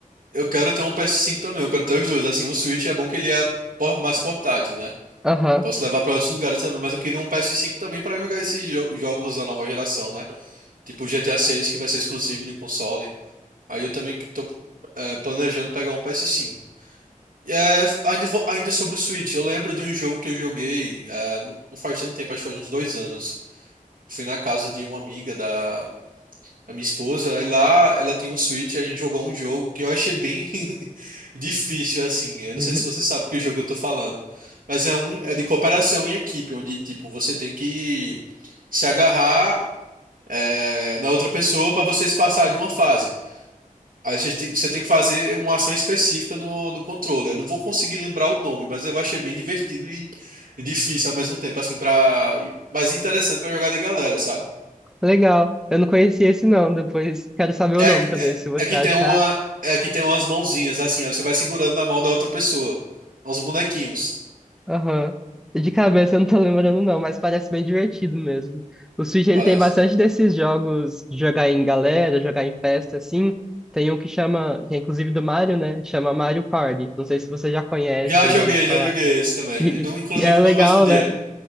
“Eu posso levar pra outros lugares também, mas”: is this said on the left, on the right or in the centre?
Right